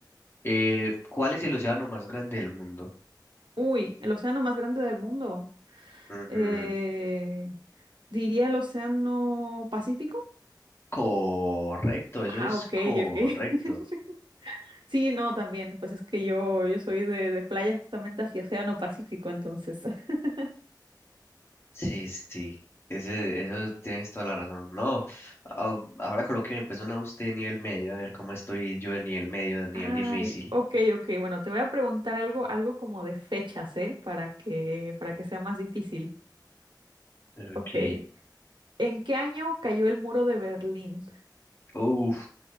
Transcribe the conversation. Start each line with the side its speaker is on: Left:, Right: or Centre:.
Left: Eh, ¿cuál es el océano más grande del mundo?
Right: Uy, el océano más grande del mundo.
Left: Ujú.
Right: Eh, diría el océano Pacífico.
Left: Correcto, eso
Right: Ah,
Left: es
Right: ok,
Left: correcto.
Right: ok. <laughs> Sí, no, también. Pues es que yo, yo soy de, de playa justamente hacia océano Pacífico, entonces. <laughs>
Left: Sí, sí, sí. ese, eso tienes toda la razón. No, a- ahora colóqueme pues una usted de nivel medio, a ver cómo estoy yo de nivel medio, de nivel
Right: Ay,
Left: difícil.
Right: ok, ok. Bueno, te voy a preguntar algo, algo como de fechas, ¿eh? Para que, para que sea más difícil.
Left: Ok.
Right: Ok. ¿En qué año cayó el muro de Berlín?
Left: Uf,